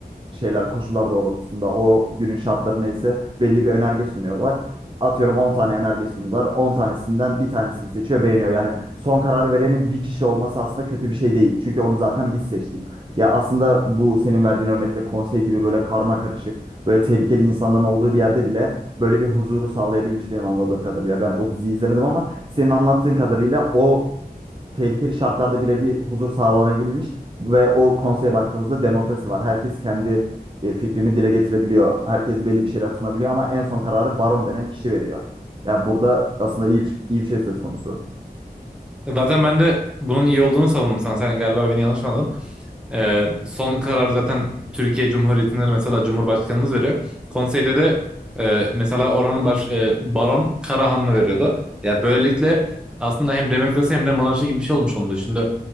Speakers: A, on the right; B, in the centre.
A: şeyler, koşullar doğrultusunda o günün şartları neyse belli bir önerge sunuyorlar atıyorum 10 tane önerge sundular. on tanesinden bir tanesini seçiyor, beğeniyor. Yani son karar verenin bir kişi olması aslında kötü bir şey değil. Çünkü onu zaten biz seçtik. Ya aslında bu senin verdiğin örnekte konsey gibi böyle karma karışık, böyle tehlikeli insanların olduğu bir yerde bile böyle bir huzuru sağlayabilmiş benim anladığım kadarıyla. Ben o diziyi izlemedim ama senin anlattığın kadarıyla o tehlikeli şartlarda bile bir huzur sağlanabilmiş ve o konseye baktığımızda demokrasi var. Herkes kendi e, fikrini dile getirebiliyor. Herkes belli bir şeyler sunabiliyor ama en son kararı baron denen kişi veriyor. Yani burada aslında iyi bir, iyi bir şey söz konusu.
B: Zaten ben de bunun iyi olduğunu savundum sana. Sen galiba beni yanlış anladın. Ee, son karar zaten Türkiye Cumhuriyeti'nde de mesela Cumhurbaşkanımız veriyor. Konseyde de e, mesela oranın baş, e, Baron Karahanlı veriyordu. Ya böylelikle aslında hem demokrasi hem de monarşi gibi bir şey olmuş oldu. Şimdi